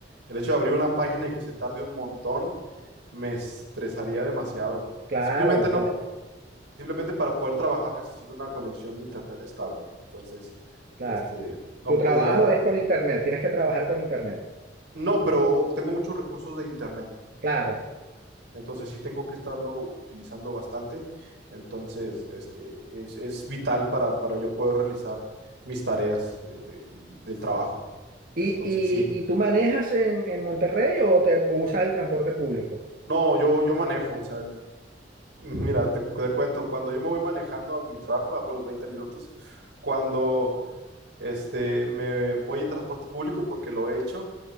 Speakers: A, on the right; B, on the right.
A: el hecho de abrir una página y que se tarde un montón, me estresaría demasiado.
B: Claro,
A: Simplemente no,
B: claro,
A: simplemente para poder trabajar necesito una conexión de internet estable. Entonces,
B: claro.
A: este, no
B: Tu trabajo
A: podría,
B: es con internet, tienes que trabajar con internet.
A: no, pero obtengo muchos recursos de internet.
B: Claro.
A: Entonces sí tengo que estarlo utilizando bastante. Entonces, este, es, es vital para, para yo poder realizar mis tareas de- de- del trabajo.
B: ¿Y,
A: Entonces,
B: y,
A: sí.
B: y tú manejas en, en Monterrey o, te, o usas el transporte público?
A: No, yo, yo manejo, o sea, <laughs> el- mira, te, te cuento, cuando yo me voy manejando a mi trabajo, hago los 20 minutos. Cuando este, me voy en transporte público, porque lo he hecho,